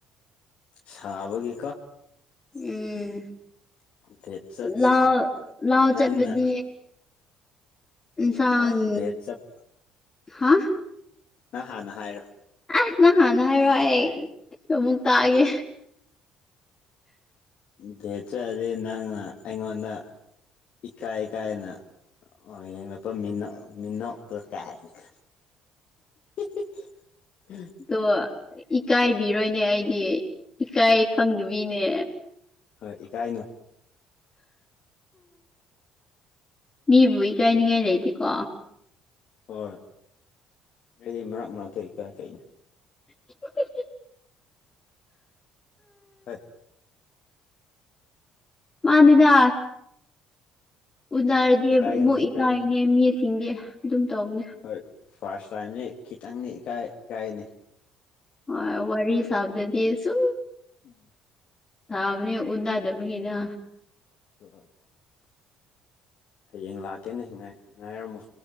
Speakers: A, on the left; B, on the left.
A: ꯁꯥꯕꯒꯤ
B: ꯎꯝ
A: ꯗꯦꯠ ꯆꯠꯁꯦ
B: ꯂꯥꯎ ꯂꯥꯎ ꯆꯠꯄꯗꯤ
A: ꯅꯪꯅ
B: ꯏꯟꯁꯥꯡ
A: ꯅꯪ ꯗꯦꯠ ꯆꯞ
B: ꯍꯥ
A: ꯑ ꯍꯥꯟꯅ ꯍꯥꯏꯔꯣ
B: ꯑꯁ ꯅꯍꯥꯟꯅ ꯍꯥꯏꯔꯣꯏ ꯑꯩ ꯑꯃꯨꯛ ꯇꯥꯛꯑꯒꯦ
A: ꯊꯣꯏꯆꯔꯦ ꯅꯪꯅ ꯑꯩꯉꯣꯟꯗꯥ ꯏꯀꯥꯏ ꯀꯥꯏꯅ ꯌꯦꯡꯂꯛꯄ ꯃꯤꯅ ꯃꯤꯅꯄ ꯀꯥꯏꯅ <unintelligible> <inaudible>
B: ꯑꯣ ꯏꯀꯥꯏꯕꯤꯔꯣꯏꯅꯦ ꯑꯩꯗꯤ ꯏꯀꯥꯏ ꯈꯪꯗꯕꯤꯅꯦ
A: ꯍꯣꯏ ꯏꯀꯥꯏꯅꯣ
B: ꯃꯤꯕꯨ ꯏꯀꯥꯏꯅꯤꯡꯉꯥꯏ ꯂꯩꯇꯦꯀꯣ
A: ꯍꯣꯏ ꯑꯩꯗꯤ ꯃꯛ ꯃꯔꯛꯇ ꯏꯀꯥꯏ ꯀꯛꯅꯦ
B: <unintelligible>
A: ꯍꯣꯏ
B: ꯃꯥꯅꯤꯗ ꯎꯅꯔꯗꯤꯦ
A: ꯏꯀꯥꯏꯒꯅꯨ
B: ꯃꯛ
A: ꯏꯀꯥꯏꯒꯅꯨ
B: ꯏꯀꯥꯏꯅꯦ ꯃꯤꯁꯤꯡꯗꯦ ꯑꯗꯨꯝ ꯇꯧꯕꯅꯦ
A: ꯍꯣꯏ ꯐꯥꯔꯁ ꯇꯥꯏꯝꯗꯤ ꯈꯤꯇꯪꯅꯤ ꯏꯀꯥꯏ ꯏꯀꯥꯏꯅꯤ
B: ꯍꯣꯏ ꯋꯥꯔꯤꯔꯤ ꯁꯥꯥꯕꯗꯗꯤꯁꯨ
A: ꯎꯝ
B: ꯁꯥꯕꯅꯦ ꯎꯟꯅꯗꯕꯒꯤꯅ
A: <inaudible> ꯍꯌꯦꯡ ꯂꯥꯛꯀꯦꯅ ꯉꯥꯏꯔꯝꯃꯣ